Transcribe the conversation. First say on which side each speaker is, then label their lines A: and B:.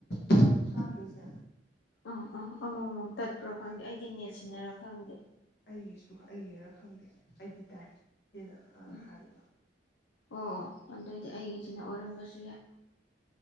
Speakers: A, on the left (about 65°); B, on the left (about 85°).
A: ꯑꯣ ꯆꯥꯗꯣꯏꯁꯦ
B: ꯑ ꯑ ꯑꯃꯃꯝ ꯇꯠꯄ꯭ꯔ ꯈꯪꯗꯦ ꯑꯩ ꯑꯩꯒꯤ ꯅꯦꯠ
A: ꯑꯣ
B: ꯁꯤꯟꯅꯔ ꯈꯪꯗꯦ
A: ꯑꯩꯒꯤꯁꯨ ꯑꯩꯒꯤꯔ ꯑꯩꯗꯤ ꯇꯥꯏ ꯁꯤꯅ ꯑ
B: ꯎꯝ
A: ꯍꯥꯏꯕꯗꯣ
B: ꯑꯣ ꯑꯣ ꯑꯗꯨꯑꯣꯏꯗꯤ ꯑꯩꯒꯤꯁꯤꯅ ꯑꯣꯏꯔꯝꯕꯁꯨ ꯌꯥꯏ